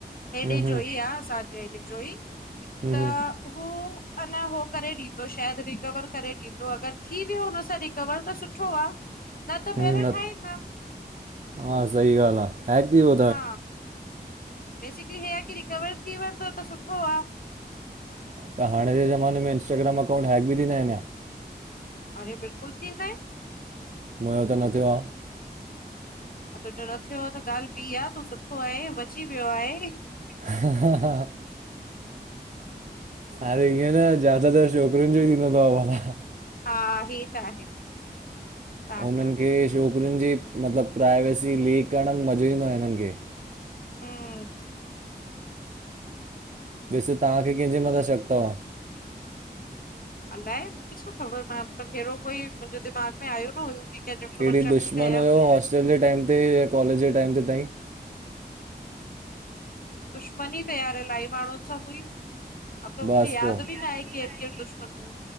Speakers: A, on the left; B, on the right.
A: हेॾे
B: हम्म हम्म
A: जो ई आहे असांजे हेॾे जो ई
B: हम्म
A: त
B: हम्म
A: हू अञा उहो करे ॾींदो शायदि रिकवर करे ॾींदो अगरि थी वियो हुन सां रिकवर त सुठो आ। न त
B: हूं
A: ॿीहर
B: न
A: ठाहींदमि
B: हा सहॻाल्ह आ हक थीवयो
A: हा बेसिकली हीअ आहे की रिकवर थी वेंदो त सुठो आहे।
B: त हाणे जे ज़माने में इंस्टाग्राम अकाउंट है बि थीा आहिनि छा?
A: अरे बिल्कुलु थींदा आहिनि।
B: मयो त न थियो आहे।
A: तुंहिंजो न थियो आहे त ॻाल्हि ॿी आहे तू सुठो आहे बची वियो आ आहे।
B: हा हा हा अरे इअं न ज्यादा तर छोकिरियुनि ॼो ही थीन्दो तव।
A: हा हे त आहे। फैक्ट
B: उननि खे छोकिरियुनि ॼी मतलॿ प्रायवेसी लीक कइंण में मॼो़ ईंदो आ हिननि खे।
A: हूं।
B: वेसे तहांखे कंहिंॼे मथां शक तव?
A: अलाए मुखे छा ख़ॿर मां मतलबु अ हेड़ो कोई मुंॼे दिमाग़ में आयो न हुयो की कंहिंजो
B: कहिड़ी
A: थो मां शक
B: दुश्मनु
A: कयां
B: हुयो हॉस्टल ॼे टाइम ते या कॉलेॼ ॼे टाइम ते ताईं?
A: दुश्मनी त यार, इलाही माण्हुन सां हुई। अब त मुखे
B: बसि
A: याद
B: पोइ
A: ॿि नाहे केर केर दुश्मन हुयो।